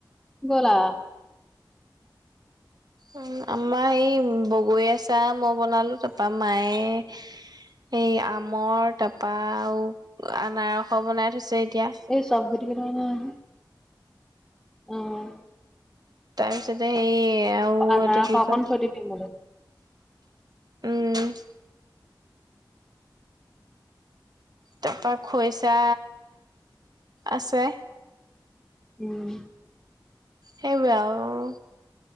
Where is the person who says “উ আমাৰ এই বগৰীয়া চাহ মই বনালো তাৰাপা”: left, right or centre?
Right